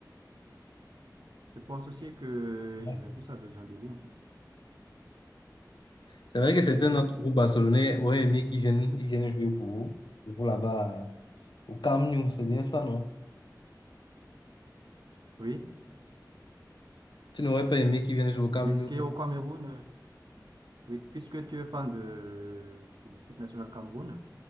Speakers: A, on the right; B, on the left.
A: Je pense aussi que
B: <laughs>
A: Juventus a besoin de lui en fait.
B: C'est vrai que certains d'entre vous, Barcelonais, auraient aimé qu'ils viennent, ils viennent jouer pour vous, pour vous là-bas. Au Camp Nou, c'est bien ça, non?
A: Oui.
B: Tu n'aurais pas aimé qu'il vienne jouer au Camp
A: Est-ce
B: Nou,
A: qu'au
B: toi.
A: Cameroun, euh, Oui, puisque tu es fan de, de l'équipe nationale Cameroun,